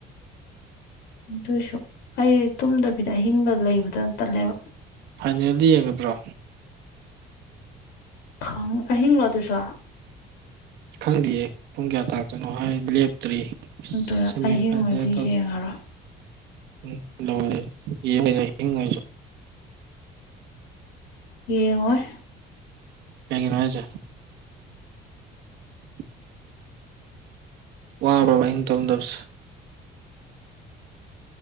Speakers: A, on the left (about 85°); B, on the right (about 85°).
A: ꯑꯗꯨꯏꯁꯨ ꯑꯩ ꯇꯨꯝꯗꯕꯤꯗ ꯑꯍꯤꯡꯕ ꯂꯩꯕꯗꯇꯂꯦꯕ
B: ꯐꯥꯏꯅꯦꯜꯗ ꯌꯦꯡꯒꯗ꯭ꯔꯣ
A: ꯪ ꯑꯍꯤꯡꯡꯂꯣ ꯑꯗꯨꯁꯨ
B: ꯈꯪꯗꯦꯌꯦ ꯄꯨꯡ ꯀꯌꯥ ꯇꯥꯛꯇꯣꯏꯅꯣ ꯍꯥꯏ ꯂꯦꯞꯇ꯭ꯔꯤ
A: ꯑꯗꯨ
B: ꯁꯦꯃꯤ
A: ꯑꯍꯤꯡ
B: ꯐꯥꯏꯅꯦꯜ
A: ꯑꯣꯏꯗꯤ
B: ꯇꯧ
A: ꯌꯦꯡꯉꯔꯣ
B: ꯎꯝ ꯂꯔ ꯌꯦꯉꯉꯁꯨ
A: ꯌꯦꯡꯉꯣꯏ
B: ꯀꯒꯤꯅꯣ ꯍꯥꯏꯖꯦ <inaudible> ꯋꯥꯕ꯭ꯔꯕ ꯑꯩꯅ ꯇꯣꯝꯗꯕꯁꯦ